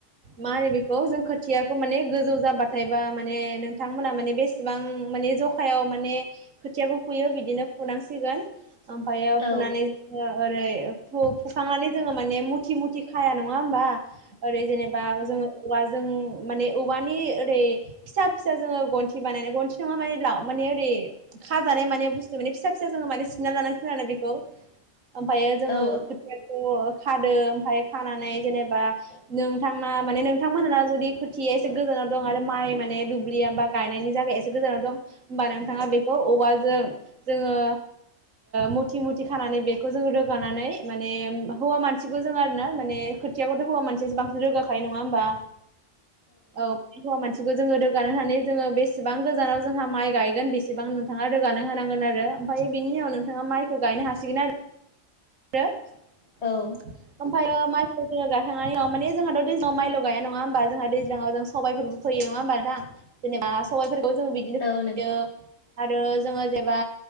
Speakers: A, on the right (about 85°); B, on the left (about 55°).
A: मा होनो बेखौ जों खोथ थियाखौ माने गोजौ जाबाथायबा माने नोंथांमोना माने बेसेबां माने जखायाव माने खोथियाबो फुयो बिदिनो फुनांसिगोन ओमफायो
B: औ
A: फुनानै जोंङो ओरै फु-फुखांनानै जोङो माने मुथि-मुथि खाया नङा होमबा। ओरै जेनेबा जोङो औवाजों माने औवानि ओरै फिसा-फिसा जोङो गन्थि बानायनाय गन्थि नंङा माने लाव माने ओरै खाजानाय माने बुस्थु माने फिसा-फिसा जों माने सिनना लानांसिगोन आरो बेखौ। ओमफायो जोङो
B: औ
A: खोथियाखौ खादों। फाय खानानै जेनेबा नोंथाना माने नोंथांमोनाना जुदि खोथिया एसे गोजानाव दं आरो माइ माने दुब्लियाबा गायनायनि जाय एसे गोजानाव दं होमबा नोंथाङा बेखौ औवाजों जोङो मुथि मुथि खानानै बेखौ जोङ रोगानानै माने हौवा मानसिखौ जों आरोना माने खोथियाखौथ' हौवा मानसियासो बांसिन रोगाखायो नङा होमबा? औ हौवा मानसि। <unintelligible> जोङो रोगानो होनानै जोङो बेसेबां गोजानाव जोंहा माइ गायगोन बेसेबां नोंथाङा रोगाना होनांगोन आरो ओमफ्राय बिनि उनाव नोंथाङा माइखौ गायनो हासिगोन आरो। <unintelligible>
B: औ
A: ओमफायो माइ गाखांनानै माने जोंहाथ' दैज्लांव मायल' गाया नङा होमबा जोंहा दैज्लांआव जों सबायफोरबो फैयो नङा होमबा नोंथां जेनेबा सबाइफोर जों बिदिनो
B: नों
A: फोयो आरो जो जोङो जेबा